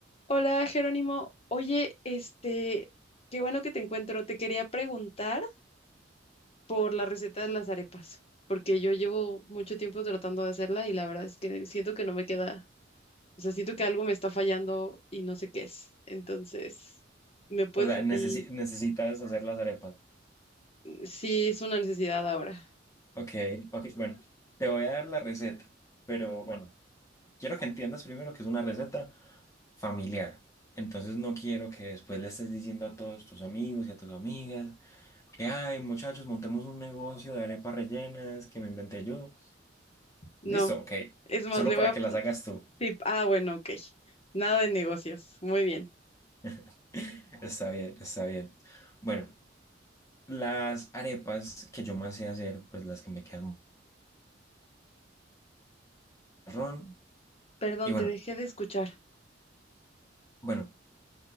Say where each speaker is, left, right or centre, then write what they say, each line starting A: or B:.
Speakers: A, on the left; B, on the left.
A: Hola Jerónimo, oye, este, qué bueno que te encuentro. Te quería preguntar por la receta de las arepas, porque yo llevo mucho tiempo tratando de hacerla y la verdad es que siento que no me queda, o sea, siento que algo me está fallando y no sé qué es. Entonces, ¿me puedes
B: O sea,
A: decir
B: necesi- necesitas hacer las arepas.
A: si es una necesidad ahora?
B: Ok, ok, bueno, te voy a dar la receta, pero bueno, quiero que entiendas primero que es una receta familiar. Entonces no quiero que después le estés diciendo a todos tus amigos y a tus amigas que, ay, muchachos, montemos un negocio de arepas rellenas que me inventé yo.
A: No,
B: Listo, ok,
A: es más,
B: solo
A: le
B: para
A: voy a...
B: que las hagas tú.
A: sí, ah, bueno, ok. Nada de negocios, muy bien.
B: <laughs> Está bien, está bien. Bueno, las arepas que yo más sé hacer, pues las que me quedan marrón.
A: Perdón,
B: Y bueno.
A: te dejé de escuchar.
B: Bueno,